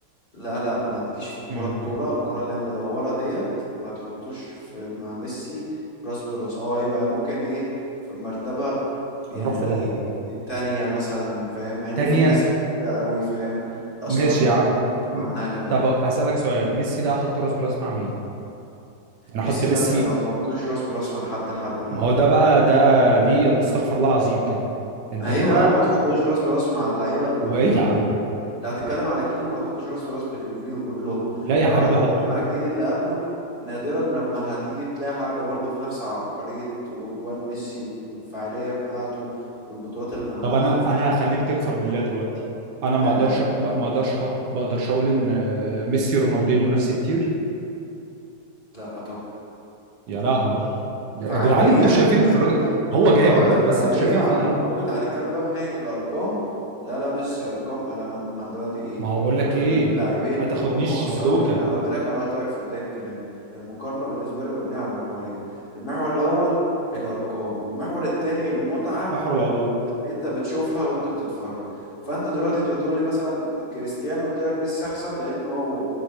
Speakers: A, on the left (about 30°); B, on the right (about 75°).
A: لا لا ما تجيش في الكرة
B: م-
A: الكرة
B: م.
A: الكرة اللي هي المدورة ديت ما تحطوش في مع ميسي راس براس هو هيبقى ممكن ايه في مرتبة يعني
B: هنروح في داهيه
A: التانية مثلا فاهم مع ان
B: تانية
A: في ناس كتيرة قوي فاهم اصلا
B: ماشي يا
A: ممكن
B: عم
A: نتكلم
B: م-
A: عنها كمان
B: طب هسألك سؤال ميسي ده احط راس براس مع مين انا احط
A: ميسي
B: ميسي
A: ده انت ما تحطوش راس براس مع حد لحد دلوقتي
B: ما هو ده بقى ده دي استغفر الله العظيم كده انت
A: ايوه
B: كده
A: يا عم ما تحطوش راس براس مع اللعيبة اللي موجودة
B: وايه يا عم
A: لو هتتكلم على جيله ما تحطش راس براس باللي في جيله كلهم
B: لا يا
A: لو
B: حبيبي
A: هتتكلم
B: حطه
A: على الجيل اللي قبله نادرا لما هتيجي تلاقي حد برضه في نفس عبقرية وجوان ميسي والفعالية بتاعته والبطولات اللي عملها
B: طب انا
A: فاهم
B: انا هخليك تكفر بالله دلوقتي انا
A: ده
B: ما اقدرش
A: لا
B: ما ما اقدرش احط ما اقدرش اقول ان آه، ميسي رونالدينيو نفس التير
A: لا طبعا
B: يا لهوي يا
A: فعالية
B: يا جدعان انتوا شايفين
A: فعالية
B: في الراجل هو جامد
A: هقول لك
B: بس
A: فعالية
B: انتوا شايفين
A: على
B: في ايه
A: الراجل هنتكلم بقى من ناحية الأرقام لا لا ميسي أرقام أنا ما ما أنا دلوقتي إيه
B: ما هو بقول
A: أنا
B: لك
A: لما
B: ايه
A: أجيب لاعبين
B: ما تاخدنيش
A: هم وصلوني
B: في دوكا
A: أنا قلت لك أنا قلت لك في بداية كلامي المقارنة بالنسبة لي مبنية على محورين المحور الأول الأرقام والمحور الثاني المتعة
B: محور العبور
A: اللي أنت بتشوفها وأنت بتتفرج فأنت دلوقتي بتقول لي مثلا كريستيانو قلت لك ميسي أحسن لأنه هو